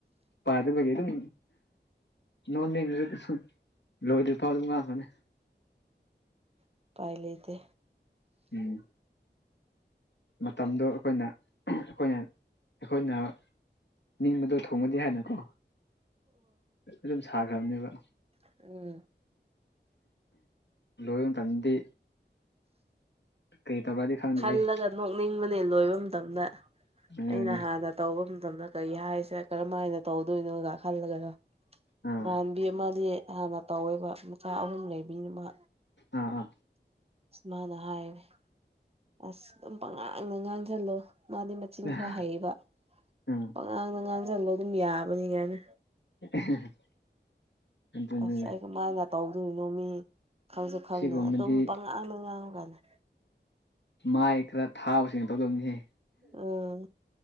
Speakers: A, on the left; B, on the right.
A: ꯄꯥꯏꯕꯗꯒꯤ ꯑꯗꯨꯝ ꯅꯣꯛ ꯅꯤꯡꯉꯁꯨ ꯑꯗꯨꯝ ꯂꯣꯏꯗ꯭ꯔꯤꯐꯥꯎ ꯑꯗꯨꯝ ꯉꯥꯡꯉꯣꯅꯦ
B: ꯎꯄꯥꯏ ꯂꯩꯇꯦ
A: ꯎꯝ ꯃꯇꯝꯗꯣ ꯑꯩꯈꯣꯏꯅ ꯑꯩꯈꯣꯏꯅ ꯑꯩꯈꯣꯏꯅ ꯅꯤꯡꯕꯗꯣ ꯊꯨꯡꯉꯗꯤ ꯍꯥꯏꯅꯀꯣ ꯑꯗꯨꯝ ꯁꯥꯈ꯭ꯔꯕꯅꯦꯕ
B: ꯎꯝ
A: ꯂꯣꯏꯕ ꯃꯇꯝꯗꯗꯤ ꯀꯩ ꯇꯧꯕꯔ꯭ꯗꯤ ꯈꯪꯗꯔ꯭ꯦ
B: ꯈꯜꯂꯒ
A: ꯍꯦ
B: ꯅꯣꯛꯅꯤꯡꯕꯅꯦ ꯂꯣꯏꯕ ꯃꯇꯝꯗ
A: ꯑꯗꯨꯅꯦ
B: ꯑꯩꯅ ꯍꯥꯟ ꯍꯥꯟꯅ ꯇꯧꯕ ꯃꯇꯝꯗ ꯀꯔꯤ ꯍꯥꯏꯁꯦ ꯀꯔꯝ ꯍꯥꯏꯅ ꯇꯧꯗꯣꯏꯅꯣꯒ ꯈꯜꯂꯒꯀꯣ
A: ꯑꯥ
B: ꯏꯃꯥꯟꯅꯕꯤ ꯑꯃꯗꯤ ꯍꯥꯟꯅ ꯇꯧꯋꯦꯕ ꯃꯆꯥ ꯑꯍꯨꯝ ꯂꯩꯕꯤ ꯑꯃ
A: ꯑꯥ ꯑꯥ
B: ꯃꯅ ꯍꯥꯏꯔꯤꯅꯦ ꯑꯁ ꯑꯗꯨꯝ ꯄꯉꯥꯡꯗ ꯉꯥꯡꯁꯤꯜꯂꯣ ꯃꯥꯗꯤ ꯃꯆꯤꯟ
A: ꯑꯥ
B: ꯈꯔ ꯍꯩꯌꯦꯕ
A: ꯎꯝ
B: ꯄꯛꯉꯥꯡꯗ ꯉꯥꯡꯁꯤꯜꯂꯣ ꯑꯗꯨꯝ ꯌꯥꯕꯅꯤ ꯀꯥꯏꯅ
A: <unintelligible> ꯑꯗꯨꯅꯤꯅꯦ
B: ꯑꯁ ꯑꯩ ꯀꯃꯥꯏꯅ ꯇꯧꯗꯣꯏꯔꯤꯅꯣ ꯃꯤ ꯈꯪꯁꯨꯦ ꯈꯪꯗꯅ
A: ꯁꯤꯒꯨꯝꯕꯗꯤ
B: ꯑꯗꯨꯝ ꯄꯪꯉꯥꯡꯗ ꯉꯥꯡꯉꯨ ꯀꯥꯟꯗ
A: ꯃꯥꯏ ꯈꯔ ꯊꯥꯕꯁꯤꯡꯅ ꯇꯧꯗꯧꯅꯤꯍꯦ
B: ꯎꯝ